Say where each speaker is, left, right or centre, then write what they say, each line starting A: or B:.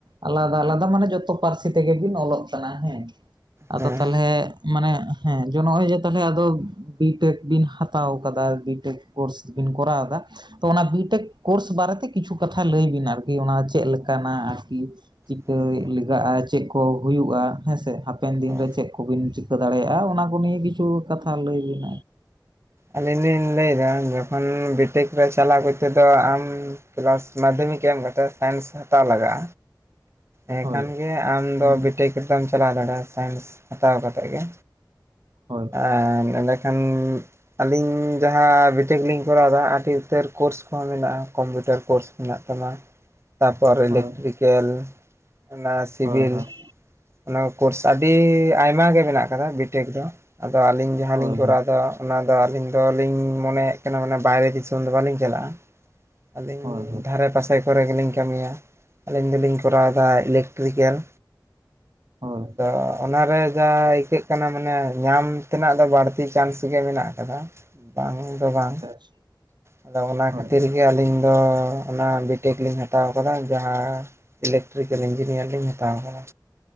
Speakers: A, on the right; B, on the right.
A: ᱟᱞᱟᱫᱟ ᱟᱞᱟᱫᱟ ᱢᱟᱱᱮ ᱡᱚᱛᱚ ᱯᱟᱹᱨᱥᱤ ᱛᱮᱜᱮ ᱵᱤᱱ ᱚᱞᱚᱜ ᱠᱟᱱᱟ ᱦᱮᱸ ᱟᱫᱚ
B: ᱦᱮᱸ
A: ᱛᱟᱦᱚᱞᱮ ᱢᱟᱱᱮ ᱦᱮᱸ ᱡᱚᱱᱚᱜ ᱦᱩᱭᱩᱜᱼᱟ ᱛᱟᱦᱚᱞᱮ ᱟᱫᱚ ᱵᱤᱴᱮᱠ ᱵᱤᱱ ᱦᱟᱛᱟᱣ ᱠᱟᱫᱟ ᱵᱤᱴᱮᱠ ᱠᱳᱨᱥ ᱵᱤᱱ ᱠᱚᱨᱟᱣ ᱫᱟ, ᱛᱚ ᱚᱱᱟ ᱵᱤᱴᱮᱠ ᱠᱳᱨᱥ ᱵᱟᱨᱮᱛᱮ ᱠᱤᱪᱷᱩ ᱠᱟᱛᱷᱟ ᱞᱟᱹᱭ ᱵᱤᱱ ᱟᱨᱠᱤ ᱚᱱᱟ ᱪᱮᱫ ᱞᱮᱠᱟᱱᱟᱜ ᱟᱨᱠᱤ᱾ ᱪᱤᱠᱟᱹᱭ
B: ᱦᱩᱸ
A: ᱞᱮᱜᱟᱜᱼᱟ ᱪᱮᱫ ᱠᱚ ᱦᱩᱭᱩᱜᱼᱟ ᱦᱮᱸᱥᱮ ᱦᱟᱯᱮᱱ ᱫᱤᱱ
B: ᱚ
A: ᱨᱮ ᱪᱮᱫ ᱠᱚᱵᱤᱱ ᱪᱤ ᱠᱟᱹ ᱫᱟᱲᱮᱭᱟᱜᱼᱟ ᱚᱱᱟ ᱠᱚ ᱱᱤᱭᱮ ᱠᱤᱪᱷᱩ ᱠᱟᱛᱷᱟ ᱞᱟᱹᱭᱵᱤᱱ᱾
B: ᱟᱹᱞᱤᱧ ᱞᱤᱧ ᱞᱟᱹᱭᱫᱟ ᱡᱚᱠᱷᱚᱱ ᱵᱤᱴᱤᱠ ᱨᱮ ᱪᱟᱞᱟᱜᱣ ᱠᱚᱛᱮᱫᱚ ᱟᱢ ᱠᱮᱞᱟᱥ ᱢᱟᱫᱽᱫᱷᱚᱢᱤᱠ ᱮᱢ ᱠᱟᱛᱮᱫ ᱥᱟᱭᱮᱱᱥ ᱦᱟᱛᱟᱣ ᱞᱟᱜᱟᱜᱼᱟ, ᱮᱸᱠᱷᱟᱱᱜᱮ
A: ᱦᱳᱭ
B: ᱟᱢᱫᱚ
A: ᱦᱩᱸ
B: ᱵᱤᱴᱮᱠ ᱨᱮᱫᱚᱢ ᱪᱟᱞᱟᱣ ᱫᱟᱲᱮᱭᱟᱜᱼᱟ ᱥᱟᱭᱮᱱᱥ ᱦᱟᱛᱟᱣ ᱠᱟᱛᱮᱫ ᱜᱮ᱾
A: ᱦᱳᱭ᱾
B: ᱟᱨ ᱮᱸᱰᱮᱠᱷᱟᱱ ᱟᱞᱤᱧ ᱡᱟᱦᱟᱸ ᱵᱤᱴᱮᱠ ᱞᱤᱧ ᱠᱚᱨᱟᱣ ᱫᱟ ᱟᱹᱰᱤ ᱩᱛᱟᱹᱨ ᱠᱳᱨᱥ ᱠᱚᱦᱚᱸ ᱢᱮᱱᱟᱜᱼᱟ ᱠᱚᱢᱯᱤᱭᱩᱴᱟᱨ ᱠᱳᱨᱥ ᱢᱮᱱᱟᱜ ᱛᱟᱢᱟ,
A: <unintelligible>
B: ᱛᱟᱯᱚᱨ
A: ᱦᱳᱭ
B: ᱤᱞᱮᱠᱴᱨᱤᱠᱮᱞ ᱚᱱᱟ ᱥᱤᱵᱤᱞ
A: ᱦᱳᱭ ᱦᱳᱭ ᱦᱳᱭ
B: ᱚᱱᱟ ᱠᱳᱨᱥ ᱟᱹᱰᱤ ᱟᱭᱢᱟ ᱜᱮ ᱢᱮᱱᱟᱜ ᱠᱟᱫᱟ ᱵᱤᱴᱮᱠ ᱫᱚ ᱟᱫᱚ ᱟᱹᱞᱤᱧ ᱡᱟᱦᱟᱸᱞᱤᱧ
A: ᱦᱳᱭ
B: ᱠᱚᱨᱟᱣ ᱫᱟ ᱚᱱᱟᱫᱚ ᱟᱹᱞᱤᱧ ᱫᱚᱞᱤᱧ ᱢᱚᱱᱮᱭᱮᱜ ᱠᱟᱱᱟ ᱢᱟᱱᱮ ᱵᱟᱭᱨᱮ ᱫᱤᱥᱚᱢ ᱫᱚ ᱵᱟᱞᱤᱧ ᱪᱟᱞᱟᱜᱼᱟ, ᱟᱹᱞᱤᱧ
A: ᱦᱳᱭ ᱦᱳᱭ
B: ᱫᱷᱟᱨᱮ ᱯᱟᱥᱮ ᱠᱚᱨᱮ ᱜᱮᱞᱤᱧ ᱠᱟᱹᱢᱤᱭᱟ ᱟᱹᱞᱤᱧ ᱫᱚᱞᱤᱧ ᱠᱚᱨᱟᱣ ᱟ ᱤᱞᱮᱠᱴᱨᱤᱠᱮᱞ
A: ᱦᱳᱭ
B: ᱟᱫᱚ ᱚᱱᱟᱨᱮ ᱡᱟ ᱟᱹᱭᱠᱟᱹᱜ ᱠᱟᱱᱟ ᱢᱟᱱᱮ ᱧᱟᱢ ᱛᱮᱱᱟᱜ ᱫᱚ ᱵᱟᱹᱲᱛᱤ ᱪᱟᱱᱥ ᱜᱮ ᱢᱮᱱᱟᱜ ᱠᱟᱫᱟ᱾ ᱵᱟᱝ ᱫᱚ ᱵᱟᱝ
A: ᱟᱪᱪᱷᱟ ᱟᱪᱪᱷᱟ
B: ᱟᱫᱚ ᱚᱱᱟ
A: ᱦᱳᱭ
B: ᱠᱷᱟᱹᱛᱤᱨ ᱜᱮ ᱟᱹᱞᱤᱧ ᱫᱚ ᱚᱱᱟ ᱵᱤᱴᱮᱠ ᱞᱤᱧ ᱦᱟᱛᱟᱣ ᱠᱟᱫᱟ ᱡᱟᱦᱟᱸ ᱤᱞᱮᱠ ᱴᱨᱤᱠᱮᱞ ᱤᱧᱡᱤᱱᱤᱭᱟᱨ ᱞᱤᱧ ᱦᱟᱛᱟᱣ ᱠᱟᱫᱟ᱾